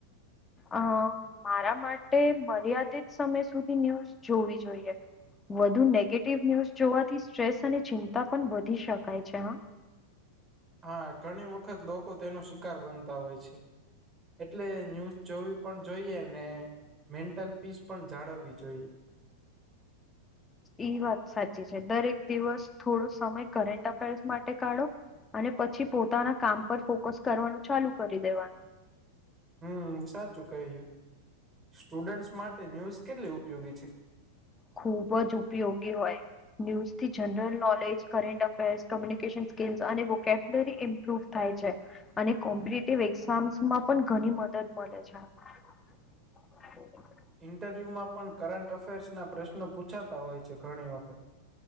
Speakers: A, on the left; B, on the right.
A: હ મારા માટે મર્યાદિત સમય સુધી ન્યૂઝ જોવી જોઈએ. વધુ નેગેટિવ ન્યુઝ જોવાથી સ્ટ્રેસ અને ચિંતા પણ વધી શકાય છે હા!
B: હા, ઘણી વખત લોકો તેનો શિકાર બનતા હોય છે. એટલે ન્યૂઝ જોવી પણ જોઈએ ને મેન્ટલ પીસ પણ જાળવવી જોઈએ.
A: એ વાત સાચી છે દરેક દિવસ થોડો સમય કરટ અફેર્સ માટે કાઢો. અને પછી પોતાના કામ પર ફોકસ કરવાનું ચાલુ કરી દેવાનું.
B: હમ સાચું કહ્યું. સ્ટુડન્ટસ માટે ન્યૂઝ કેટલી ઉપયોગી છે?
A: ખુબ જ ઉપયોગી હોય. ન્યૂઝ થી general knowledge, current affairs, communication skills અને વોકેબ્યલરી ઇમ્પ્રુવ થાય છે. અને કોમ્પિટેટિવ એક્ઝામ્સમાં પણ ઘણી મદદ મળે છે.
B: <inaudible> <unintelligible>
A: હ <inaudible> <unintelligible>
B: ઈન્ટરવ્યુમાં પણ કરંટ અફેર્સ ના પ્રશ્નો પૂછાતા હોય છે ઘણી વખત.